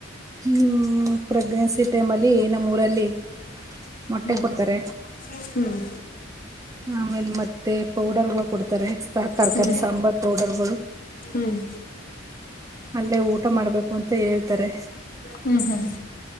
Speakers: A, on the right; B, on the left.
A: ಹ್ಮ್ ಪ್ರೆಗ್ಏನ್ಸಿ ಟೈಮ್ ಅಲ್ ಈ ನಮ್ಮ ಊರಲ್ಲಿ ಮೊಟ್ಟೆ
B: ಹ್ಮ್
A: ಕೊಡ್ತಾರೆ
B: ಹ್ಮ್
A: ಆಮೇಲೆ ಮತ್ತೆ ಪೌಡರ್ಗಳು ಕೊಡ್ತಾರೆ ತರಕಾರಿ
B: ಹ್ಮ್
A: ಸಾಂಬಾರ್ ಪೌಡರ್ಗಳು
B: ಹ್ಮ್
A: ಅಲ್ಲೇ ಊಟ ಮಾಡ್ಬೇಕು ಅಂತ ಹೇಳ್ತಾರೆ,
B: ಹ್ಮ್ ಹ್ಮ್